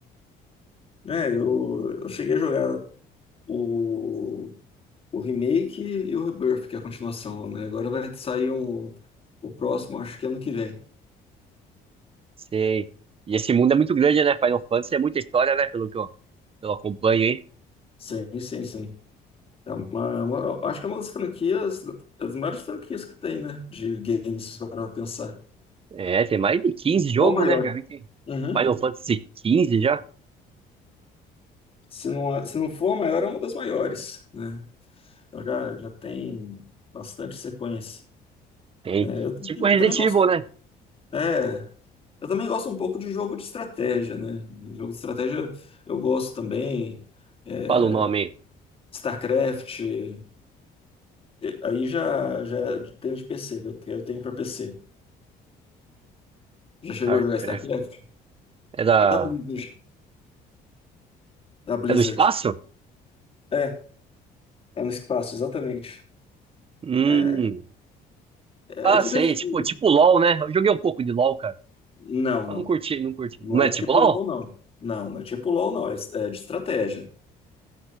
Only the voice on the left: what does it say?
É, eu, eu cheguei a jogar. O O remake e o Rebirth, que é a continuação, né? Agora vai sair um, o próximo, acho que ano que vem.
Sim, sim, sim. É uma, é uma- acho que é uma das franquias, das maiores franquias que tem, né? De games, se parar pra pensar.
Ou a maior.
Uhum.
Se não, se não for a maior, é uma das maiores, né? Então já, já tem bastante sequência,
né? Eu, também
eu também gosto.
É, eu também gosto um pouco de jogo de estratégia, né? Jogo de estratégia eu gosto também. é,
StarCraft, eh, aí já, já tem de PC, que eu que eu tenho pra PC. Já chegou
a jogar StarCraft?
É da Blizzard. Da Blizzard.
É, é no espaço, exatamente.
É, é
divertido.
Não,
não.
Não
é
tipo
LoL, não. Não, não é tipo LoL, não. É, é de estratégia.